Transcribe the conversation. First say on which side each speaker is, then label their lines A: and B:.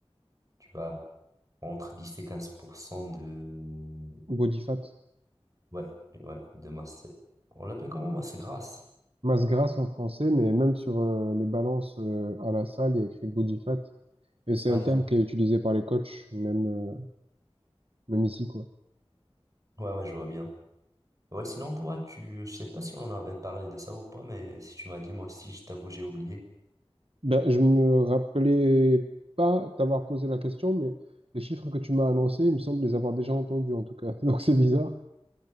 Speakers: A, on the right; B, on the right.
A: Tu vois, entre 10 et 15% de...
B: Body fat.
A: Ouais, ouais, de masse. On l'appelle comment, masse grasse?
B: Masse grasse en français, mais même sur euh, les balances euh, à la salle, il y a écrit body fat. Et c'est
A: Ouais,
B: un
A: c'est
B: terme
A: ça.
B: qui est utilisé par les coachs, même, euh, même ici, quoi.
A: Ouais, ouais, je vois bien. Ouais, sinon, toi, tu... Je sais pas si on en avait parlé de ça ou pas, mais si tu m'as dit, moi aussi, je t'avoue, j'ai oublié.
B: Ben, je me rappelais pas t'avoir posé la question, mais les chiffres que tu m'as annoncés, il me semble les avoir déjà entendus en tout cas. <laughs> Donc c'est bizarre.